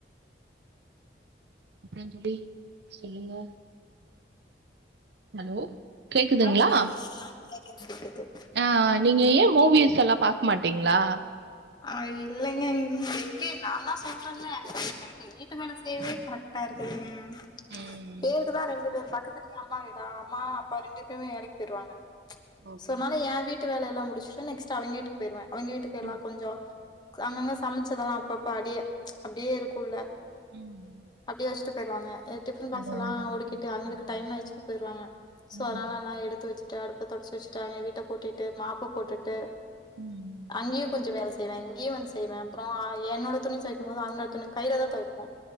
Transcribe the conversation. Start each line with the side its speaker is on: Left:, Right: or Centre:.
Right: அப்டியாங் தோழி சொல்லுங்க ஹலோ கேக்குதுங்களா
Left: ஆ கேக் ஆ கேக்குதுங்க ஆ கேக்குது
Right: ஆ நீங்க ஏ மூவிஸ் எல்லா பாக்க மாட்டடிங்களா
Left: அ இல்லைங்க எங்க நா தா சொல்றே இல்ல எனக்கு வீட்டு மேல செய்யவே கரெக்ட்டா இருக்குத்துங்க
Right: ம்
Left: பேருக்கு தா ரெண்டு பேர் பா கிக்கத்துலயே அம்மா வீடா அம்மா அப்பா ரெண்டு பேருமே வேலைக்கு போயிருவாங்க
Right: ஓகே
Left: சோ ஆனால சொன்னால எ வீட்டு வேல எல்லா மு முசிச்ட்டு நெக்டு அவங்கீட்டு போயிடுவே அவிங்க வீட்டு எல்லா
Right: ம்
Left: கொஞ்சோ அங்கங்க சமைச்சதெல்லா அப்பஅப்ப அடியே அப்பிடியே இருக்குல்ல
Right: ம்
Left: அப்பிடியே வச்ட்டு பெய்றுவாங்க எ டிஃப பாக்ஸ்
Right: அதெல்லா
Left: எல்லா
Right: கரெக்ட்
Left: ஓடிகிட்டு
Right: பண்ணி
Left: அவங்களுக்கு
Right: சொல்லுங்க
Left: டைம் ஆயிச்சு போயிருவாங்க சோ
Right: ம்
Left: அதனால நா எடுத்து வச்சிட்டு அடுப் இப்ப தொடச்சி வச்சிட்டு அவிங்க வீட்ட கூட்டிட்டு மாப்பு போட்டுட்
Right: ம்
Left: அங்கே கொஞ்ச வேல செய்வே இங்கேயும்வந்து செய்வே அப்புறோ என்னட துணி தொய்க்கு போது அவங்களோட துணி கையில தா தொவைக்கபோ